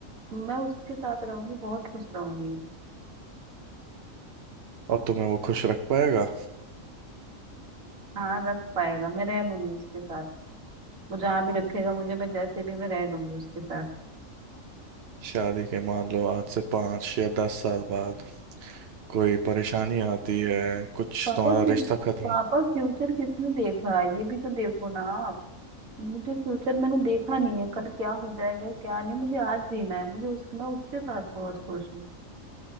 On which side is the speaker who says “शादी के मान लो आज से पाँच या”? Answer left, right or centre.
Right